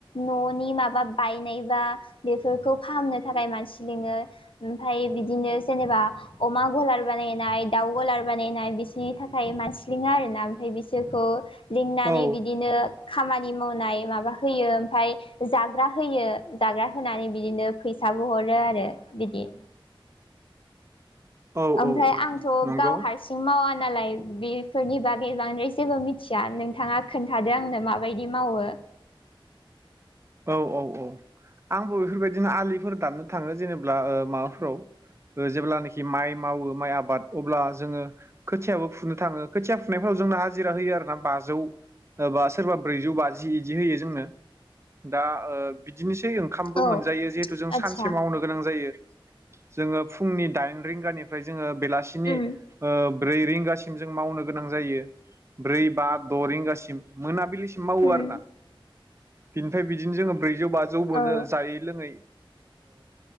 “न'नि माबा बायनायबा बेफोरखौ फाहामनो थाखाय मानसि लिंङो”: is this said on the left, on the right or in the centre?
Left